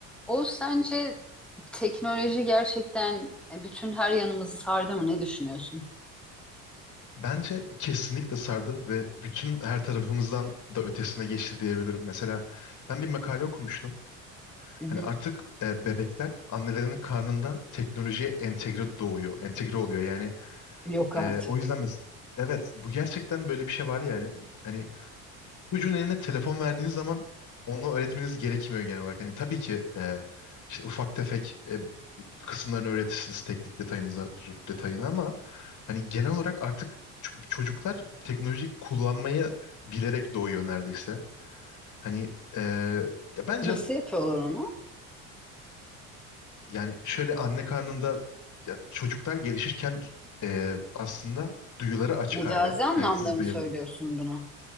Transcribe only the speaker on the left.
Bence kesinlikle sardı ve bütün her tarafımızdan da ötesine geçti diyebilirim. Mesela ben bir makale okumuştum.
Hani
artık e, bebekler annelerinin karnında teknolojiye entegre doğuyor, entegre oluyor. Yani
e,
o yüzden mes- evet bu gerçekten böyle bir şey var yani. Hani çocuğun eline telefon verdiğiniz zaman onu öğretmeniz gerekmiyor genel olarak. Hani tabii ki e, işte ufak tefek e, kısımlarını öğretirsiniz teknik detayını zaten detayını ama hani genel olarak artık ç- çocuklar teknolojiyi kullanmayı bilerek doğuyor neredeyse. Hani e, ya bence
yani şöyle anne karnında ya çocuklar gelişirken e, aslında duyuları açık
hala.
Hani siz
duya,